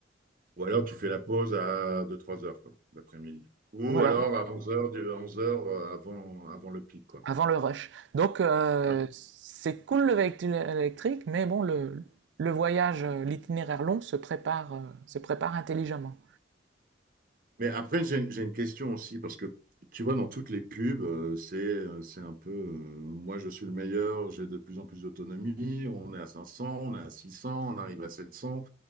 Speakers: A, on the right (about 45°); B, on the right (about 70°).
A: Ou alors tu fais la pause à deux trois heures, quoi, l'après-midi. Ou
B: Voilà.
A: alors à 11 heures, du- 11 heures euh, avant, avant le pic, quoi.
B: Avant le rush. Donc, euh,
A: Ouais.
B: c'est cool le véhicule électrique, mais bon, le, le voyage, euh, l'itinéraire long se prépare, euh, se prépare intelligemment.
A: Mais après, j'ai j'ai une question aussi, parce que tu vois, dans toutes les pubs, euh, c'est euh, c'est un peu euh, moi je suis le meilleur, j'ai de plus en plus d'autonomie, on est à cinq cents on est à six cents on arrive à 700.